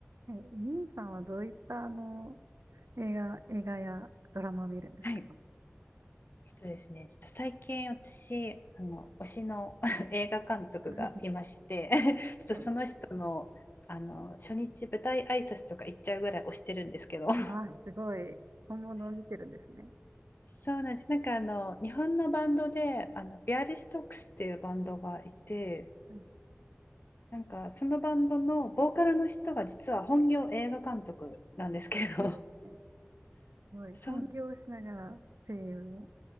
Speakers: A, on the right; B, on the left.
A: はい、兄さんはどういったあの映画、映画やドラマを見るんですか
B: はい。えっとですね、ちょっと最近私、あの、推しの <laughs> 映画監督がいまして、
A: <laughs>
B: <laughs> ちょっとその人の、
A: はい。
B: あの、初日舞台挨拶とか行っちゃうぐらい推してるんですけど、<laughs>
A: わあ、すごい。本物を見てるんですね。
B: そうなんです。なんかあの、日本のバンドで、あの、ビアリストックスっていうバンドがいて、
A: はい、
B: なんかそのバンドのボーカルの人が実は本業映画監督なんですけど、
A: そうですね。
B: <laughs>
A: すごい。本業をしながら声優も。
B: そう